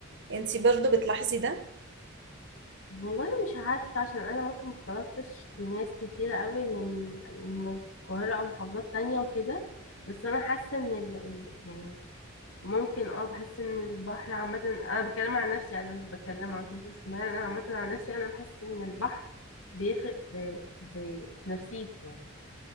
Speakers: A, on the right; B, on the left.
A: انتي برضو بتلاحظي ده
B: والله مش عارفة عشان أنا ممكن مختلطتش بناس كتيرة قوي من من القاهرة أو محافظات تانية وكده بس أنا حاسة إن ال... ال- يعني ممكن اه بحس إن البحر عامة أنا بتكلم عن نفسي أنا مش بتكلم عن كل اسكندرية أنا عامة عن نفسي أنا بحس إن البحر بيفرق في في, في نفسيتي يعني